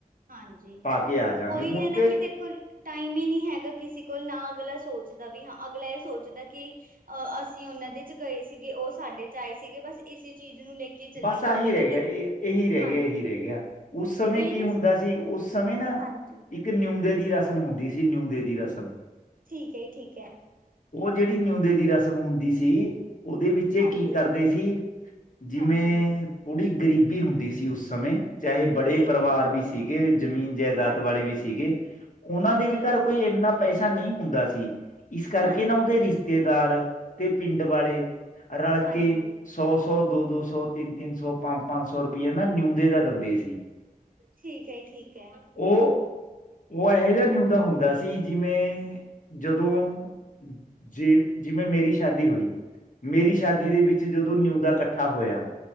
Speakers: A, on the right (about 70°); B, on the left (about 60°).
A: ਹਾਂਜੀ।
B: ਪਾ ਕੇ ਆ ਜਾਂਗੇ
A: ਉਹੀ
B: ਹੁਣ
A: ਹੈ ਨਾ
B: ਤੇ
A: ਕਿ ਦੇਖੋ, ਟਾਈਮ ਹੀ ਨਹੀਂ ਹੈਗਾ ਕਿਸੇ ਕੋਲ ਨਾ ਅਗਲਾ ਸੋਚ ਦਾ ਵੀ ਹਾਂ, ਅਗਲਾ ਇਹ ਸੋਚਦਾ ਕਿ ਅਹ ਅਸੀਂ ਉਹਨਾਂ ਦੇ ਚ' ਗਏ ਸੀਗੇ, ਉਹ ਸਾਡੇ ਚ' ਆਏ ਸੀਗੇ, ਬਸ ਇਸੇ ਚੀਜ਼ ਨੂੰ ਲੈ ਕੇ ਚੱਲੀ
B: ਬਸ
A: ਜਾਂਦੇ
B: ਆਹੀ ਰਹਿ
A: ਨੇ
B: ਗਿਆ, ਇਹ, ਇਹੀ ਰਹਿ
A: ਹਾਂਜੀ
B: ਗਿਆ, ਇਹੀ ਰਹਿ ਗਿਆ। ਉਸ ਸਮੇਂ
A: ਇਹ
B: ਕੀ
A: ਨੀ
B: ਹੁੰਦਾ ਸੀ, ਉਸ ਸਮੇਂ ਨਾ
A: ਹਾਂਜੀ
B: ਇੱਕ ਕਿ ਨਿਉਂਦੇ ਦੀ ਰਸਮ ਹੁੰਦੀ ਸੀ, ਨਿਉਂਦੇ ਦੀ ਰਸਮ।
A: ਠੀਕ ਹੈ, ਜ ਠੀਕ ਹੈ।
B: ਉਹ ਜਿਹੜੀ ਨਿਉਂਦੇ ਦੀ ਰਸਮ ਹੁੰਦੀ ਸੀ, ਉਹਦੇ ਵਿੱਚ
A: ਹਾਂਜੀ
B: ਕੀ ਕਰਦੇ ਸੀ। ਜਿਵੇਂ
A: ਹਾਂਜੀ
B: ਥੋੜ੍ਹੀ ਗਰੀਬੀ ਹੁੰਦੀ ਸੀ ਉਸ ਸਮੇਂ ਚਾਹੇ ਬੜੇ
A: ਠੀਕ
B: ਪਰਿਵਾਰ
A: ਹੈ ਹਾਂਜੀ
B: ਵੀ ਸੀਗੇ, ਜ਼ਮੀਨ ਜਾਇਦਾਦ
A: ਹਾਂਜੀ
B: ਵਾਲੇ ਵੀ ਸੀਗੇ। ਉਹਨਾਂ
A: ਹਾਂਜੀ
B: ਦੇ ਵੀ ਘਰ ਕੋਈ ਇੰਨਾ ਪੈਸਾ ਨਹੀਂ ਹੁੰਦਾ ਸੀ, ਇਸ ਕਰਕੇ
A: ਹਾਂਜੀ
B: ਨਾ ਉਹਦੇ ਰਿਸ਼ਤੇਦਾਰ ਤੇ ਪਿੰਡ ਵਾਲੇ ਰਲ
A: ਹਾਂਜੀ
B: ਕੇ, ਸੌ -ਸੌ, ਦੋ- ਦੋ ਸੌ ਸੌ ਤਿੰਨ- ਤਿੰਨ ਸੌ, ਪੰਜ -ਪੰਜ ਸੌ ਰੁਪਈਏ ਨਾ ਨਿਉਂਦੇ ਦਾ ਦੰਦੇ ਸੀ।
A: ਠੀਕ ਹੈ, ਠੀਕ ਹੈ।
B: ਉਹ ਉਹ ਇਹੋ ਜਿਹਾ ਨਿਉਦਾ ਹੁੰਦਾ ਸੀ, ਜਿਵੇਂ, ਜਦੋਂ ਜੇ ਜਿਵੇਂ ਮੇਰੀ ਸ਼ਾਦੀ ਹੋਈ। ਮੇਰੀ ਸ਼ਾਦੀ ਦੇ ਵਿੱਚ ਜਦੋਂ ਨਿਉਂਦਾ ਇਕੱਠਾ ਹੋਇਆ।